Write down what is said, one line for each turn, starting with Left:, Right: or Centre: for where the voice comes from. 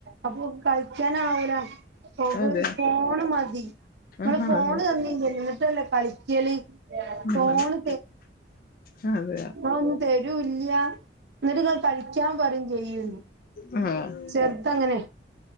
Right: അപ്പൊ കളിക്കാനാവൂല ഓക്ക്
Left: അതെ
Right: ഫോണ് മതി. ഒള്
Left: ആഹ്
Right: ഫോണ്
Left: അതെ
Right: തന്നീന്നല്ലോ ന്നിട്ടല്ലേ കളിക്കല്.
Left: ഹലോ
Right: ഫോണ്
Left: <unintelligible> ആ അതെയാ
Right: അഒന്നും തരൂല്ല എന്നിട്ടങ്ങൾ കളിക്കാൻ പറയും ചെയ്യൂ
Left: ആ <unintelligible>
Right: ചെർതങ്ങനെ